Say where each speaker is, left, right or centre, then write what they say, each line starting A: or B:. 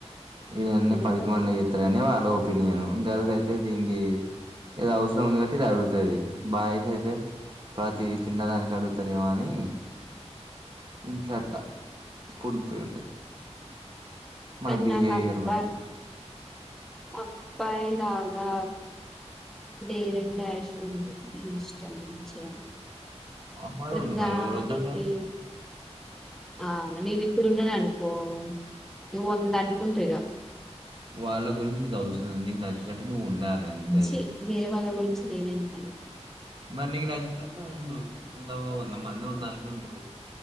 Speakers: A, on the right (about 45°); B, in the centre.
A: ఇవన్నీ
B: ఎందుకు
A: పనికిమలిన
B: కానీ
A: చెత్తారని వాళ్ళు ఒపీనియన్ గర్ల్స్ అయితే దీనికి ఏదో అవసరం ఉంది కాట్టి ఇది అడుగుతుంది బాయ్స్ అయితే ప్రతి చిన్నదానికి అడుగుతారేమో అని ఇంట్లో అట్లా పొడిగిపోయి ఉంటుంది మన బిహేవియర్
B: నాకా <unintelligible>
A: బట్టి
B: అబ్బాయిలాగా డేరెన్ డాష్ గా ఉండడం ఇష్టం మంచిగా
A: ఆ మరి
B: ప్రజలా
A: ఉండు మరి ఎవడొద్దంటాడు
B: అనేకి ఆ నేను ఇప్పుడు ఉన్నాను అనుకో ను వంద అంట అంతేగా
A: వాళ్ళ గురించి నీకు అవసరం లేదు నీకు నచ్చింది న్నట్టు నువ్వు ఉండాలి అంతే అది
B: ఛీ వేరే వాళ్ళ గురించి నేను ఎందుకు అనుకుంటా
A: మరీ నీకు నచ్చినట్టు ఉండు ఉందా వంద మంది వంద అనుకుంటారు